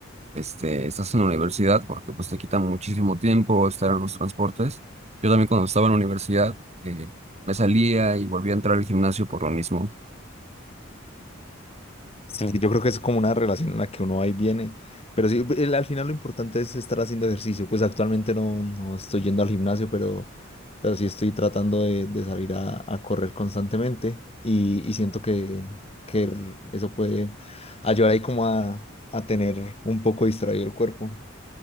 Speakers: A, on the right (about 35°); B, on the left (about 30°).
A: este, estás en la universidad, porque pues te quitan muchísimo tiempo estar en los transportes. Yo también cuando estaba en la universidad eh, me salía y volvía a entrar al gimnasio por lo mismo.
B: Sí, yo creo que es como una relación en la que uno va y viene, pero sí, el- al final lo importante es estar haciendo ejercicio, pues actualmente no, no estoy yendo al gimnasio, pero, pero sí estoy tratando de, de salir a, a correr constantemente y, y siento que, que r- eso puede ayudar ahí como a, a tener un poco distraído el cuerpo,